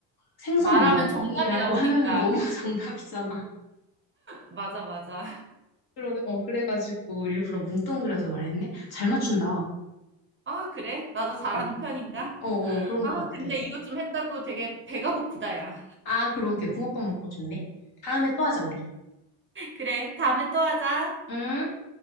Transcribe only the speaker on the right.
말하면
정답이 나오니까,
그치?
맞아, 맞아.
아, 그래? 나도 잘하는
편인가?
아,
근데 이것 좀 했다고 되게 배가 고프다, 야.
그래, 다음에 또 하자.